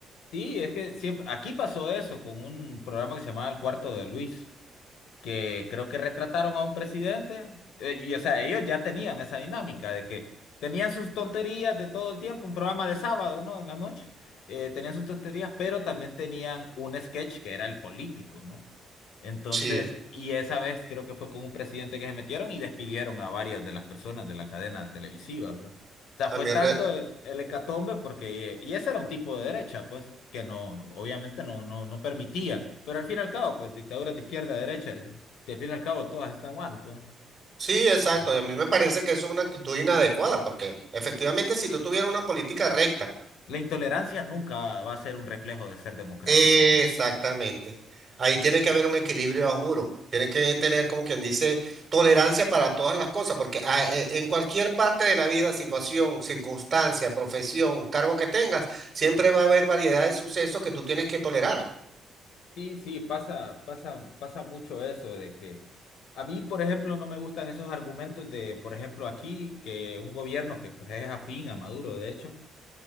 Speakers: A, on the left; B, on the right.
A: Sí, es que siempre, aquí pasó eso con un programa que se llamaba El Cuarto de Luis, que creo que retrataron a un presidente, eh, y o sea, ellos ya tenían esa dinámica de que tenían sus tonterías de todo el tiempo, un programa de sábado, ¿no? En la noche, eh, tenían sus tonterías, pero también tenían un sketch que era el político, ¿no? Entonces,
B: Sí,
A: y esa vez creo que fue con un presidente que se metieron y despidieron a varias de las personas de la cadena televisiva, pues. O sea,
B: a
A: fue
B: mí
A: tanto
B: re-
A: el el hecatombe porque, y ese era un tipo de derecha, pues, que no, obviamente no, no, no permitía. Pero al fin y al cabo, pues, dictaduras de izquierda a derecha, si al fin y al cabo todas están mal, pues.
B: sí, exacto,
A: eh.
B: y a mí me parece que eso es una actitud inadecuada, porque efectivamente si tú tuvieras una política recta,
A: La intolerancia nunca va a ser un reflejo de ser democrático,
B: Exactamente.
A: pues.
B: Ahí tiene que haber un equilibrio, a juro. Tiene que tener, como quien dice, tolerancia para todas las cosas, porque a- e- en cualquier parte de la vida, situación, circunstancia, profesión, cargo que tengas, siempre va a haber variedad de sucesos que tú tienes que tolerar.
A: Sí, sí, pasa, pasa, pasa mucho eso de que a mí, por ejemplo, no me gustan esos argumentos de, por ejemplo, aquí que un gobierno que pues, es afín a Maduro, de hecho,